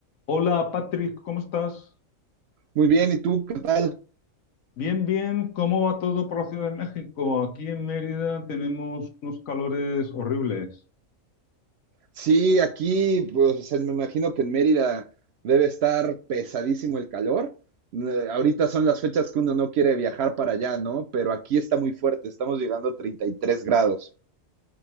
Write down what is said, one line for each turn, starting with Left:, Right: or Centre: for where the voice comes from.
Left: Hola Patrick, ¿cómo estás?
Right: Muy bien, ¿y tú qué tal?
Left: Bien, bien, ¿cómo va todo por la Ciudad de México? Aquí en Mérida tenemos unos calores horribles.
Right: Sí, aquí, pues en- me imagino que en Mérida debe estar pesadísimo el calor. Eh, Ahorita son las fechas que uno no quiere viajar para allá, ¿no? Pero aquí está muy fuerte, estamos llegando a 33 grados.